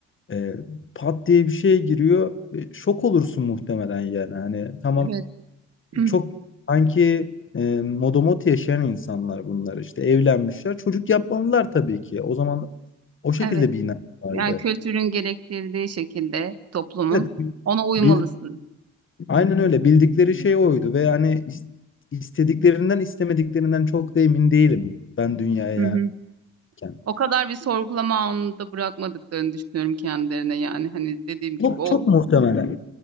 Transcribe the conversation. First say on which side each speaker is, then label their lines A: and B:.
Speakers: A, on the left; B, on the right.
A: e, pat diye bir şey giriyor. E, şok olursun muhtemelen yani. Hani tamam
B: Evet. <clears throat>
A: çok sanki e, modomot yaşayan insanlar bunlar işte evlenmişler. Çocuk yapmalılar tabii ki. O zaman o şekilde
B: Evet.
A: bir inanç vardı.
B: Yani kültürün gerektirdiği şekilde toplumun
A: Evet,
B: ona uymalısın.
A: bil- Aynen öyle. Bildikleri şey oydu ve hani is- istediklerinden istemediklerinden çok da emin değilim ben dünyaya
B: Hı hı.
A: yerken.
B: O kadar bir sorgulama anında bırakmadıklarını düşünüyorum kendilerine yani hani dediğim gibi
A: Çok
B: o
A: çok muhtemelen.